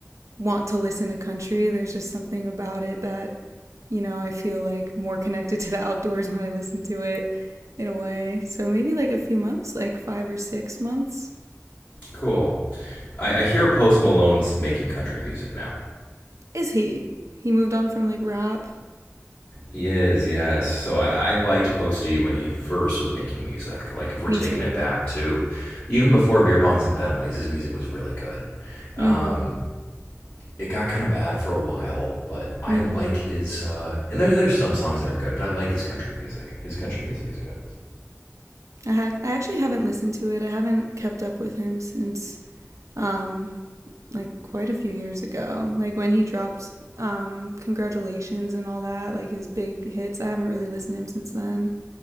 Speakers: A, on the right; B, on the left.
A: want to listen to country. There's just something about it that, you know, I feel like more connected to the outdoors when I listen to it in a way. So maybe like a few months, like five or six months.
B: Cool. I, I hear Post Malone's making country music now.
A: Is he? He moved on from like rap.
B: He is, yes. So I, I liked Posty when he first was making music. Like if we're
A: Me
B: taking
A: too.
B: it back to even before beer bongs and Bentleys, his music was really good. Um,
A: Mm hmm.
B: it got kind of bad for a while, but I
A: Mm
B: like
A: hmm.
B: his. Uh, and there there's some songs that are good, but I like his country music. His country music is good.
A: I, ha- I actually haven't listened to it. I haven't kept up with him since um, like quite a few years ago. Like when he dropped um, Congratulations and all that, like his big hits. I haven't really listened to him since then.